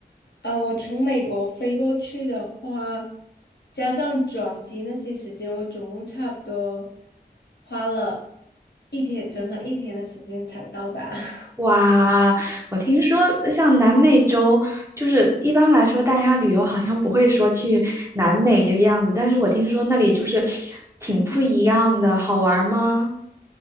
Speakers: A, on the left; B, on the right.
A: 啊，我从美国飞过去的话，加上转机那些时间，我总共差不多花了一天，整整一天的时间才到达。<laughs>
B: 哇，我听说像南美洲，就是一般来说大家旅游好像不会说去南美这个样子，但是我听说那里就是挺不一样的，好玩儿吗？